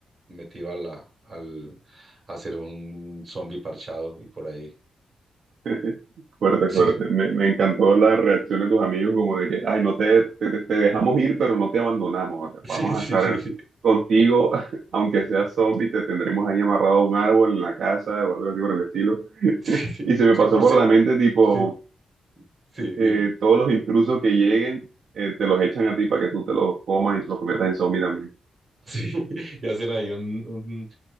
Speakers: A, on the right; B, on the right.
A: me tiro a la, al, a ser un zombie parchado y por ahí.
B: <laughs> Fuerte,
A: <laughs>
B: fuerte. Me, me encantó la reacción de tus amigos, como de que, ay, no te, te, te- te dejamos ir, pero no te abandonamos.
A: Sí,
B: Vamos
A: sí,
B: a estar
A: sí, sí.
B: contigo, <laughs> aunque seas zombie, te tendremos ahí amarrado a un árbol en la casa o algo así por el estilo. <laughs>
A: sí, sí, sí.
B: Y se me
A: Es
B: pasó
A: que por
B: por
A: ser,
B: la mente, tipo,
A: sí, sí,
B: eh,
A: dime.
B: todos los intrusos que lleguen, eh, te los echan a ti para que tú te los comas y te los conviertas en zombie también.
A: Sí, <laughs> y hacen ahí un, un